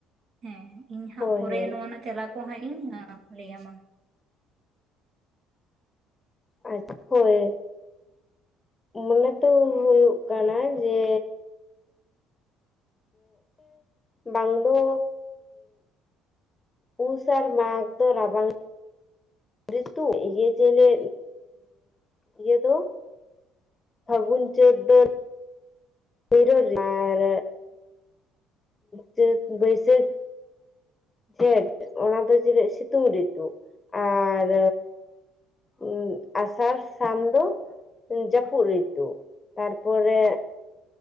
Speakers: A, on the right (about 55°); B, on the left (about 20°).
A: ᱦᱮᱸ ᱤᱧ ᱦᱟᱸᱜ
B: ᱦᱳᱭ
A: ᱯᱚᱨᱮ
B: ᱦᱳᱭ
A: ᱱᱚᱣᱟ ᱨᱮᱱᱟᱜ ᱛᱮᱞᱟ ᱠᱚ ᱦᱟᱸᱜ ᱤᱧ ᱞᱟᱹᱭᱟᱢᱟ
B: ᱟ ᱦᱳᱭ ᱢᱚᱱᱮ ᱛᱚ ᱦᱩᱭᱩᱜ ᱠᱟᱱᱟ ᱡᱮ ᱵᱟᱝ ᱫᱚ ᱯᱩᱥ ᱟᱨ ᱢᱟᱜᱽ ᱫᱚ ᱨᱟᱵᱟᱝ ᱨᱤᱛᱩ ᱤᱭᱟᱹ ᱪᱮᱞᱮ ᱤᱭᱟᱹ ᱫᱚ ᱯᱷᱟᱹᱜᱩᱱ ᱪᱟᱹᱫ ᱫᱚ ᱟᱨ ᱪᱟᱹᱛ ᱵᱟᱹᱭᱥᱟᱹᱠᱷ ᱠᱷᱮᱴ ᱚᱱᱟ ᱫᱚ ᱪᱮᱞᱮ ᱥᱤᱛᱩᱝ ᱨᱤᱛᱩ ᱟᱨ ᱩᱸ ᱟᱥᱟᱲ ᱥᱟᱱ ᱫᱚ ᱡᱟᱹᱯᱩᱫ ᱨᱤᱛᱩ ᱛᱟᱨᱯᱚᱨᱮ